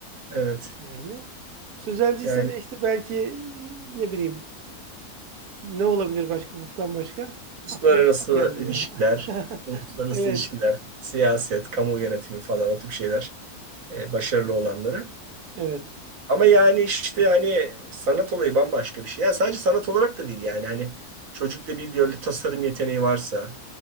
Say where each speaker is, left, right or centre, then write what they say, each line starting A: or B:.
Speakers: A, on the right; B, on the right.
A: Evet.
B: Yani sözelciyse
A: Yani
B: de işte belki e, ne bileyim ne olabilir başka hukuktan başka?
A: uluslararası
B: Aklıma bir şey gelmiyor.
A: ilişkiler,
B: ha.
A: uluslararası
B: <laughs> Evet,
A: ilişkiler, siyaset, kamu yönetimi falan o tip şeyler e, başarılı olanları.
B: evet.
A: Ama yani işte hani sanat olayı bambaşka bir şey. Ya sadece sanat olarak da değil yani hani çocukta bir böyle tasarım yeteneği varsa